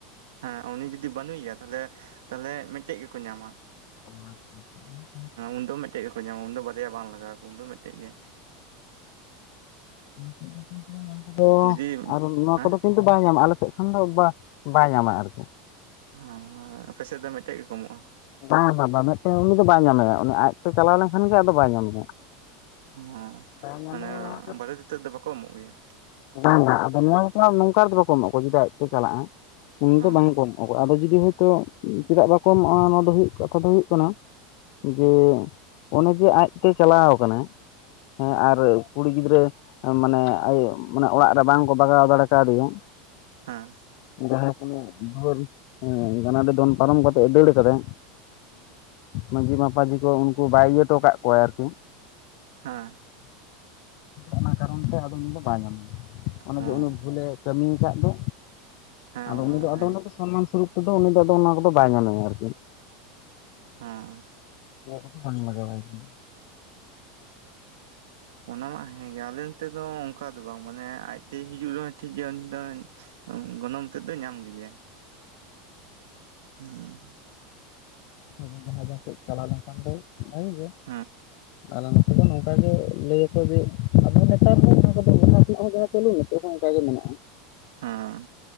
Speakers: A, on the right; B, on the left.
A: ᱦᱮᱸ ᱩᱱᱤ ᱡᱩᱫᱤ ᱵᱟᱱᱩᱭᱟ ᱛᱟᱦᱚᱞᱮ ᱛᱟᱦᱚᱞᱮ ᱢᱤᱫᱴᱮᱡ ᱜᱮᱠᱚ ᱧᱟᱢᱟ
B: ᱚ ᱟᱪᱪᱷᱟ <unintelligible>
A: ᱩᱱᱫᱚ ᱢᱤᱫᱴᱮᱡ ᱜᱮᱠᱚ ᱧᱟᱢᱟ ᱩᱱ ᱫᱚ ᱵᱟᱨᱭᱟ ᱵᱟᱝ ᱞᱟᱜᱟᱣ ᱠᱚᱣᱟ ᱩᱱᱫᱚ ᱢᱤᱫᱴᱮᱡ ᱜᱮ
B: <unintelligible> ᱱᱚᱣᱟ ᱠᱚ ᱫᱚ
A: ᱡᱩᱫᱤ
B: ᱟᱨ ᱱᱚᱣᱟ
A: ᱦᱮᱸ
B: ᱠᱚᱫᱚ ᱠᱤᱱ- -ᱛᱩ ᱵᱟᱭ ᱧᱟᱢᱟ ᱟᱞᱮ ᱥᱮᱫ ᱠᱷᱚᱱ ᱫᱚ ᱵᱟ ᱵᱟᱭ ᱧᱟᱢᱟ ᱟᱨᱠᱤ᱾
A: ᱦᱮᱸ ᱦᱮ ᱟᱯᱮ ᱥᱮᱫ ᱫᱚ ᱢᱤᱫᱴᱮᱡ ᱜᱮ ᱠᱚ ᱮᱢᱚᱜᱼᱟ᱾
B: ᱵᱟ ᱵᱟ ᱵᱟ ᱵᱟ ᱢᱤᱫᱴᱮᱱ ᱩᱱᱤ ᱫᱚ ᱵᱟᱭ ᱧᱟᱢᱮᱭᱟ ᱩᱱᱤ ᱟᱡ ᱛᱮ ᱪᱟᱞᱟᱣ ᱞᱮᱱᱠᱷᱟᱱ ᱜᱮ ᱟᱫᱚ ᱵᱟᱭ ᱧᱟᱢᱮᱭᱟ᱾
A: ᱦᱩ
B: ᱵᱟᱭ ᱧᱟᱢᱮᱭᱟ
A: ᱢᱟᱱᱮ
B: ᱱᱚᱣᱟ ᱫᱚ
A: ᱵᱟᱨᱮᱛ ᱤᱛᱟᱹᱫ ᱫᱚ ᱵᱟᱠᱚ ᱮᱢᱚᱜ ᱜᱮᱭᱟ?
B: ᱵᱟᱝ ᱵᱟ ᱟᱫᱚ ᱱᱚᱣᱟ ᱠᱚ ᱱᱚᱝᱠᱟ ᱨᱮᱫᱚ ᱵᱟᱠᱚ ᱮᱢᱚ ᱟᱠᱚ ᱡᱩᱫᱤ ᱟᱡ ᱛᱮ ᱪᱟᱞᱟᱜᱼᱟ
A: ᱦᱮᱸ
B: ᱩᱱ ᱫᱚ ᱵᱟᱝ ᱠᱚ ᱮᱢᱚᱜᱼᱟ᱾ ᱟᱫᱚ ᱡᱩᱫᱤ ᱦᱳᱭᱛᱳ ᱪᱮᱫᱟᱜ ᱵᱟᱠᱚ ᱮᱢᱚᱜᱼᱟ? ᱦᱩᱭᱩᱜ ᱠᱟᱛᱷᱟ ᱫᱚ ᱦᱩᱭᱩᱜ ᱠᱟᱱᱟ ᱡᱮ ᱚᱱᱮ ᱡᱮ ᱟᱡᱛᱮᱭ ᱪᱟᱞᱟᱣ ᱟᱠᱟᱱᱟ᱾ ᱦᱮᱸ ᱟᱨ ᱠᱩᱲᱤ ᱜᱤᱫᱽᱨᱟᱹ ᱢᱟᱱᱮ ᱟᱡ ᱢᱟᱱᱮ ᱚᱲᱟᱜ ᱨᱮ ᱵᱟᱝᱠᱚ ᱵᱟᱜᱟᱣ ᱫᱟᱲᱮ ᱠᱟᱣᱫᱮᱭᱟ᱾
A: ᱦᱮᱸ
B: ᱡᱟᱭ ᱦᱳᱠ ᱩᱱᱤ <unintelligible> ᱜᱟᱱᱟᱰᱮ ᱫᱚᱱ ᱯᱟᱨᱚᱢ ᱠᱟᱛᱮᱜ-ᱮ ᱫᱟᱹᱲ ᱟᱠᱟᱫᱟ ᱢᱟᱺᱡᱷᱤ ᱢᱟᱯᱟᱡᱷᱤ ᱠᱚ ᱩᱱᱠᱩ ᱵᱟᱭ ᱤᱭᱟᱹ ᱦᱚᱴᱚᱣ ᱠᱟᱜ ᱠᱚᱣᱟ ᱟᱨᱠᱤ᱾
A: ᱦᱮᱸ
B: ᱚᱱᱟ ᱠᱟᱨᱚᱱ ᱛᱮ ᱟᱫᱚ ᱩᱱᱤ ᱫᱚ ᱵᱟᱭ ᱧᱟᱢᱮᱭᱟ ᱚᱱᱮ‌
A: ᱦᱮᱸ
B: ᱡᱮ ᱩᱱᱤ ᱵᱷᱩᱞᱮ ᱠᱟᱹᱢᱤ ᱟᱠᱟᱫ ᱫᱚ
A: ᱦᱮᱸ
B: ᱟᱫᱚ ᱩᱱᱤ ᱫᱚ
A: ᱦᱮᱸ
B: ᱟᱫᱚ ᱚᱱᱟ ᱫᱚ ᱥᱚᱱᱢᱟᱱ ᱥᱚᱨᱩᱯ᱾ ᱛᱮ ᱫᱚ ᱩᱱᱤ ᱫᱚ ᱚᱱᱟ ᱠᱚᱫᱚ ᱵᱟᱭ ᱧᱟᱢᱮᱭᱟ ᱟᱨᱠᱤ᱾
A: ᱦᱮᱸ
B: <unintelligible> ᱠᱚᱫᱚ ᱵᱟᱝ ᱞᱟᱜᱟᱣᱟᱭ ᱠᱟᱱᱟ᱾
A: ᱚᱱᱟ ᱢᱟ ᱦᱮᱸᱜᱮ ᱟᱞᱮ ᱱᱚᱛᱮ ᱫᱚ ᱚᱱᱠᱟ ᱫᱚ ᱵᱟᱝ ᱢᱟᱱᱮ ᱟᱡᱛᱮᱭ ᱦᱤᱡᱩᱜ ᱨᱮᱦᱚᱸ ᱴᱷᱤᱠ ᱜᱮᱭᱟ ᱩᱱᱤ ᱫᱚ ᱜᱚᱱᱚᱝ ᱛᱮᱫ ᱫᱚᱭ ᱧᱟᱢ ᱜᱮᱭᱟᱭ᱾ ᱦᱩᱸ᱾
B: <inaudible> ᱥᱮᱫ ᱪᱟᱞᱟᱣ ᱞᱮᱱᱠᱷᱟᱱ ᱫᱚ ᱵᱷᱟᱜᱮ ᱜᱮ
A: ᱦᱮᱸ
B: ᱟᱞᱮ‌ ᱱᱚᱛᱮ ᱫᱚ ᱱᱚᱝᱠᱟ ᱜᱮ ᱞᱟᱹᱭ ᱟᱠᱚ ᱡᱮ ᱟᱵᱚ ᱱᱮᱛᱟᱨ ᱦᱚᱸ ᱚᱱᱟ ᱠᱚᱫᱚ <inaudible> ᱦᱚᱸ ᱯᱟᱞᱮ ᱱᱤᱛᱚᱜ ᱦᱚᱸ ᱚᱱᱠᱟ ᱜᱮ ᱢᱮᱱᱟᱜᱼᱟ᱾
A: ᱦᱮᱸ